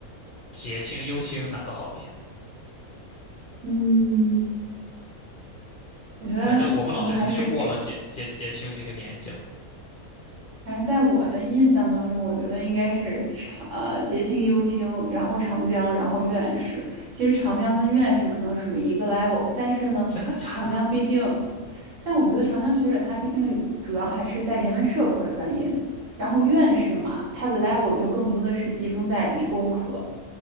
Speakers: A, on the left; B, on the right.
A: 结清、优青哪个好比啊
B: 嗯，我觉得可能还是长。
A: 反正我们老师肯定是过了结结结清这些年纪了。
B: 反正在我的印象当中，我觉得应该是长呃节庆、幽青，然后长江，然后院士。其实长江跟院士可能属于一个 level，但是呢，
A: 真的假的？
B: 长江毕竟。但我觉得长江学者他毕竟主要还是在人文社科专业，然后院士嘛，他的 level 就更多的是集中在理工科，